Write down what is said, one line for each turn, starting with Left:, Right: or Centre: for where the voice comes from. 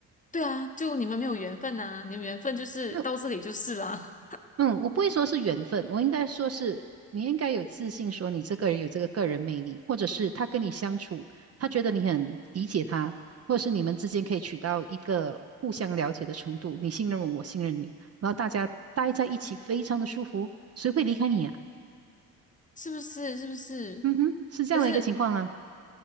Left: 对啊，就你们没有缘分呐、你们缘分就是到这里就是啦，
Right: 没有。嗯，我不会说是缘分，我应该说是你应该有自信，说你这个人有这个个人魅力，或者是他跟你相处，他觉得你很理解他，或者是你们之间可以取到一个互相了解的程度，你信任我，我信任你，然后大家待在一起非常的舒服，谁会离开你啊？
Left: <laughs> 是不是？是不是？
Right: 嗯哼，是这样的一个情况啊，
Left: 可是，